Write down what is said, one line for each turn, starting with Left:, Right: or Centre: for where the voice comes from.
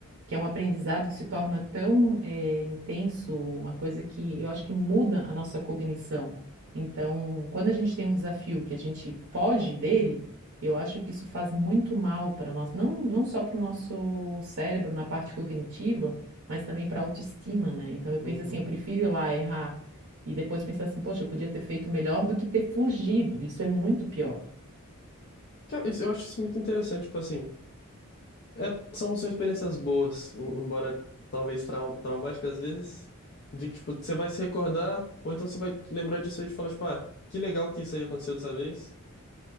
Right: que é um aprendizado que se torna tão eh, intenso, uma coisa que eu acho que muda a nossa cognição. Então, quando a gente tem um desafio que a gente foge dele, eu acho que isso faz muito mal para nós, não, não só para o nosso cérebro na parte cognitiva, mas também para a autoestima, né? Então, eu penso
Left: Uhum.
Right: assim, eu prefiro ir lá errar. E depois pensar assim, poxa, eu podia ter feito melhor do que ter fugido. Isso é muito pior.
Left: Cara, isso- eu acho isso muito interessante, tipo assim, é- são, são experiências boas, em- embora talvez trau, traumáticas às vezes, de que, tipo, você vai se recordar, ou então você vai lembrar disso aí e falar, tipo, ah, que legal que isso aí aconteceu dessa vez.